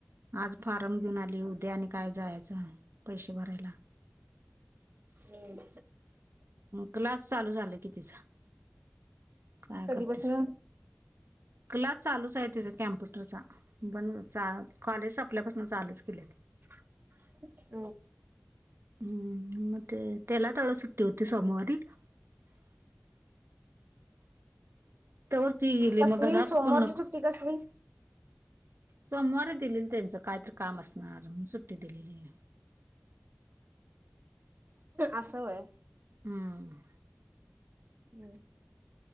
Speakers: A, on the right; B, on the right.
A: आज फारम घेऊन आली उद्या आणि काय जायचं आहे पैसे भरायला
B: हम्म.
A: क्लास चालू झाला कि तिचा काय
B: क
A: करतेस
B: दि बस ना
A: क्लास चालूच आहे तिचा कॅम्प्युटरचा बण कॉलेज संपल्यापासून चालूच केली
B: <unintelligible>
A: हम्म म ते तेला थोडं सुट ट्योती समूवारी तरवर ती गेली
B: कसली
A: मग घरात
B: सोमवारची
A: कोण नको
B: सुट्टी कसली?
A: सोमवारी दिलेली त्यांचं कायतरी काम असणार सुट्टी दिलेली <unintelligible>
B: आसय
A: हम
B: हम्